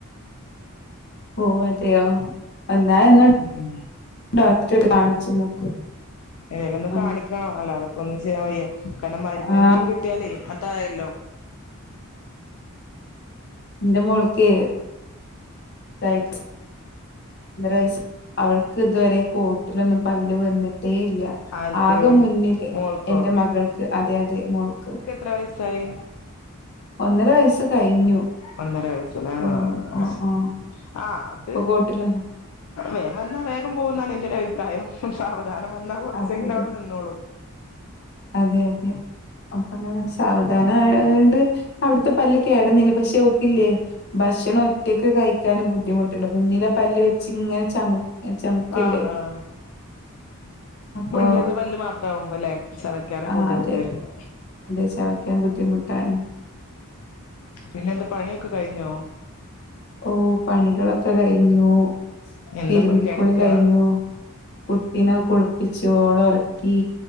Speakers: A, on the left; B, on the left.
A: ഓഹ് അതെയോ എന്നാ എന്നാ
B: ഉം
A: ഡോക്ടര് കാണിച്ചു നോക്കൂ
B: ഏലൊന്നും
A: ആ
B: കാണിക്കണം അല്ലാതപ്പോ ഒന്നും ചെയ്യാൻ വയ്യ കാരണം മരുന്നെങ്കിലും
A: ആ
B: കിട് ട്ടിയാലേ അതായല്ലോ
A: ഇന്റെ മോൾക്കേ തായി ഒന്നാര വയസ് അവൾക്ക് ഇതുവരെ കൊട്ടിലൊന്നും പല്ല് വന്നിട്ടേ ഇല്ല
B: ആർക്ക്
A: ആകെ മുന്നില്
B: മോൾക്കോ
A: എന്റെ മകൾക്ക് അതെ അതെ മോൾക്ക്
B: ത്ര വയസായി
A: ഒന്നര വയസ്സ് കഴിഞ്ഞു
B: ഒന്നര വയസ്സല്ലേ ആഹ്
A: ഓ
B: അയ്
A: ആ
B: ശരി
A: ആ
B: ആഹ് അത്
A: ഇപ്പൊ കോട്ടില
B: വേഗം വന്നാ വേഗം പോകുന്നാണ് എന്റെറ ഒരു അഭിപ്രായം സാവധാനം വന്നാ കൊറച്ചെങ്കിലും
A: അതെ
B: അവിടെ നിന്നോളൂ
A: അതെ അതെ അപ്പങ്ങള് സാവധാനം ആയോണ്ട് അവിടത്തെ പല്ല് കേടന്നില്ല പക്ഷെ ഓക്കില്ലേ ഭക്ഷണം ഒറ്റക്ക് കഴിക്കാൻ ബുദ്ധിമുട്ടുണ്ട് മുന്നിലെ പല്ല് വെച്ച് ഇങ്ങനെ ചമ ചമക്കല്ലേ
B: ആഹ് ആഹ്
A: അപ്പൊ
B: മുന്നത്തെ പല്ല് മാത്ര ആവുമ്പോല്ലേ ചവക്കാനൊക്കെ
A: ആ
B: ബുദ്ധിമുട്ടായിരിക്കും
A: അതെ അതെ ചവയ്ക്കാൻ ബുദ്ധിമുട്ടാണ്
B: പിന്നെ എന്താ പണിയൊക്കെ കഴിഞ്ഞോ
A: ഓഹ് പണികളൊക്കെ കഴിഞ്ഞു
B: എന്താ
A: തിരുമ്പിക്കുളി
B: കിടക്കാ
A: കഴിഞ്ഞു കുട്ടിനെ കുളിപ്പിച്ചു ഓളെ ഉറക്കി